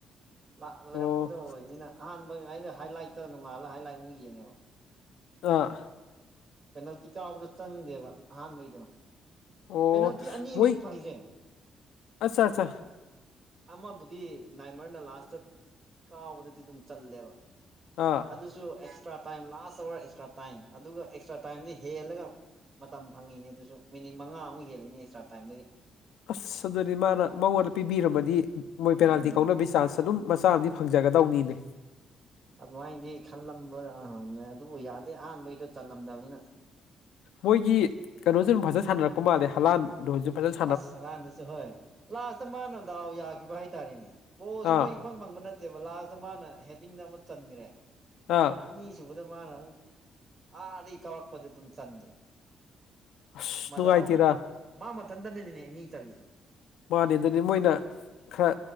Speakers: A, on the right; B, on the left.
A: ꯂ
B: ꯑꯣ
A: ꯂꯣꯏꯔꯛꯄꯗ ꯑꯣꯏꯕꯅꯤꯅ ꯑꯍꯥꯟꯕ ꯑꯩꯅ ꯍꯥꯏ ꯂꯥꯏꯠꯇ ꯅꯣꯡꯉꯥꯜꯂꯒ ꯍꯥꯏ ꯂꯥꯏꯠ ꯑꯃꯨꯛ ꯌꯦꯡꯉꯦꯕ
B: ꯑꯥ
A: ꯄꯦꯅꯥꯜꯇꯤ ꯀꯥꯎꯕꯗꯨ ꯆꯪꯗꯦꯕ ꯑꯍꯥꯟꯕꯩꯗꯣ
B: ꯑꯣ
A: ꯄꯦꯅꯥꯜꯇꯤ ꯑꯅꯤꯅꯦ
B: ꯃꯣꯏ
A: ꯐꯪꯉꯤꯁꯦ
B: ꯑꯠꯆꯥ ꯑꯠꯆꯥ
A: ꯑꯃꯕꯨꯗꯤ ꯅꯥꯏꯃꯔꯅ ꯂꯥꯁꯇ ꯀꯥꯎꯕꯗꯨꯗꯤ ꯑꯗꯨꯝ ꯆꯜꯂꯦꯕ
B: ꯑꯥ
A: ꯑꯗꯨꯁꯨ ꯑꯦꯛꯁꯇ꯭ꯔꯥ ꯇꯥꯏꯝ ꯂꯥꯁ ꯑꯋꯥꯔ ꯑꯦꯛꯁꯇ꯭ꯔꯥ ꯇꯥꯏꯝ ꯑꯗꯨꯒ ꯑꯦꯛꯁꯇ꯭ꯔꯥ ꯇꯥꯏꯝꯗꯤ ꯍꯦꯜꯂꯒ ꯃꯇꯝ ꯐꯪꯉꯤꯅꯦ ꯑꯗꯨꯁꯨ ꯃꯤꯅꯤꯠ ꯃꯉꯥ ꯑꯃꯨꯛ ꯍꯦꯜꯂꯤꯅꯦ ꯑꯦꯛꯁꯇ꯭ꯔꯥ ꯇꯥꯏꯝꯗꯒꯤ
B: ꯑꯁ ꯑꯗꯨꯗꯤ ꯃꯥꯅ ꯃꯉꯣꯟꯗ ꯄꯤꯕꯤꯔꯝꯃꯗꯤ ꯃꯣꯏ
A: ꯎꯝ
B: ꯄꯦꯅꯥꯜꯇꯤ ꯀꯧꯅꯕꯒꯤ ꯆꯥꯟꯁ ꯑꯗꯨꯝ ꯃꯆꯥ ꯑꯃꯗꯤ ꯐꯪꯖꯒꯗꯧꯅꯦꯃꯤ
A: ꯑꯗꯨꯃꯥꯏꯅꯗꯤ ꯈꯜꯂꯝꯕꯅꯦ ꯑꯗꯨꯕꯨ ꯌꯥꯗꯦ ꯑꯍꯥꯟꯕꯒꯤꯗꯣ ꯆꯜꯂꯝꯗꯕꯅꯤꯅ
B: ꯃꯣꯏꯒꯤ ꯀꯩꯅꯣꯁꯨ ꯑꯗꯨꯝ ꯐꯖꯅ ꯁꯥꯟꯅꯔꯛꯄ ꯃꯥꯜꯂꯦ ꯍꯂꯥꯟ <unintelligible>
A: ꯑꯁ ꯍꯂꯥꯟꯗꯁꯨ ꯍꯣꯏ ꯂꯥꯁꯇ ꯃꯥꯅ ꯗꯥꯎ ꯌꯥꯈꯤꯕ ꯍꯥꯏꯇꯥꯔꯦꯅꯦ ꯕꯣꯜꯁꯨ
B: ꯑꯥ
A: ꯃꯣꯏ ꯪ ꯐꯪꯕ ꯅꯠꯇꯦꯕ ꯂꯥꯁꯇ ꯃꯥꯅ ꯍꯦꯗꯤꯡꯗ ꯑꯃ ꯆꯟꯈ꯭ꯔꯦ
B: ꯑꯥ
A: ꯑꯅꯤꯁꯨꯕꯗ ꯃꯥꯅ ꯑꯃꯨꯛ ꯑꯥꯗꯒꯤ ꯀꯥꯎꯔꯛꯄꯗ ꯑꯗꯨꯝ ꯆꯟꯈ꯭ꯔꯦ
B: ꯑꯁ
A: ꯃꯗꯥꯎꯗꯣ
B: ꯅꯨꯡꯉꯥꯏꯇꯦꯗ
A: ꯃꯥ ꯃꯊꯟꯗꯅꯅꯦ ꯑꯅꯤ ꯆꯜꯂꯤꯖ‌ꯦ
B: ꯃꯥꯅꯦ ꯑꯗꯨꯅꯦ ꯃꯣꯏꯅ ꯈꯔ